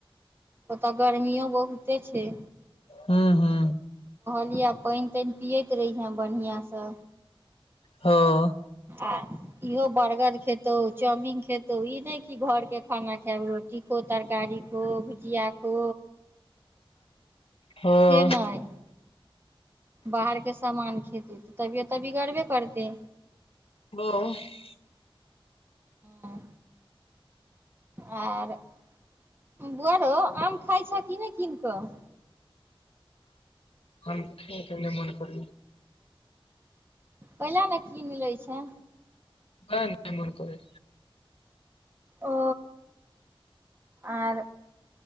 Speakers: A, on the right; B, on the left.
A: ओतऽ गर्मीो बहुते छै
B: हू हू
A: बझ पानि तानि पियैत रहिहेँ बढ़िआँसँ
B: हँ
A: आ इहो बर्गर खेतहु चाउमिन खेतहु ई नहि कि घरके खाना खायब रोटी खो तरकारी खो भुजिया खो
B: हँ
A: से नहि बाहरके सामान खेती तऽ तबियत तऽ बि गड़बे करतै
B: ह
A: ह आ बुआरो आम खाइ छ कि नहि कीन कऽ <inaudible>
B: हम कने मन कर
A: कयिला ने कीन लै छै
B: नहि नहि मन करै
A: ओ आर